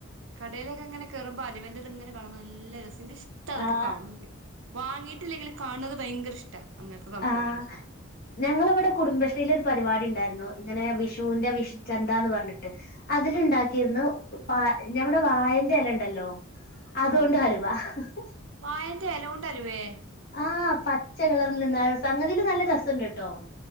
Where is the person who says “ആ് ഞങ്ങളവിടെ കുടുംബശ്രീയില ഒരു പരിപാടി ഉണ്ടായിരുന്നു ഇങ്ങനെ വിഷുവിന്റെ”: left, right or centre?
Left